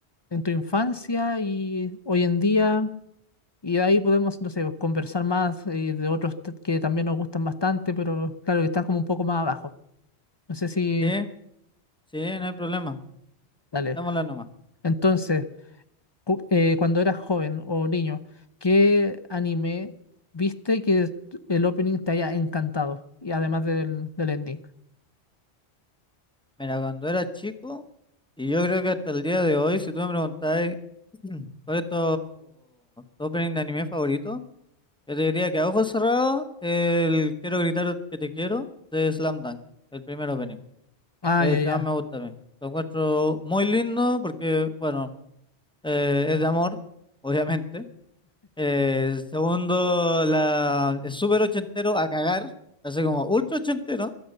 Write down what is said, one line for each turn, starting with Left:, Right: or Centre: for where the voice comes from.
Left: en tu infancia y hoy en día, y ahí podemos, no sé, conversar más eh, de otros t- que también nos gustan bastante, pero claro, que están como un poco más abajo. No sé si...
Centre: Sí, sí, no hay problema.
Left: Dale.
Centre: Démosla nomás.
Left: Entonces, cu- eh, cuando eras joven o niño, ¿qué anime viste que el opening te haya encantado? Y además del, del ending.
Centre: Mira, cuando era chico, y yo creo que hasta el día de hoy, si tú me preguntáis <clears throat> cuál es tu, tu opening de anime favorito, yo te diría que a ojos cerrados, el Quiero gritar que te quiero de Slam Dunk, el primer opening,
Left: Ah,
Centre: es
Left: ya,
Centre: el que
Left: ya.
Centre: más me gusta a mí. Lo encuentro muy lindo porque, bueno, eh, es de amor, obviamente. Eh, segundo, la, es súper ochentero a cagar, así como ultra ochentero,